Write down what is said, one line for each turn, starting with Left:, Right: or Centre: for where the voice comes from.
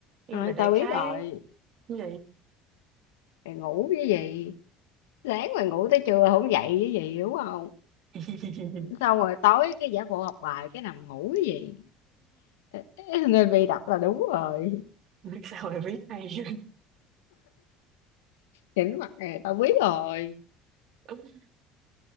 Right: nhưng
Left: thôi,
Right: mà đại
Left: tao
Right: khái
Left: biết rồi
Right: Ừ.
Left: mày ngủ cái gì Sáng mà ngủ tới trưa không dậy chứ gì, đúng không?
Right: <laughs>
Left: Xong rồi tối cái giả bộ học bài cái nằm ngủ chứ gì. <laughs> nên bị đọc là đúng rồi,
Right: biết sao mày biết hay <laughs>
Left: nhìn mặt này tao biết rồi.
Right: vậy?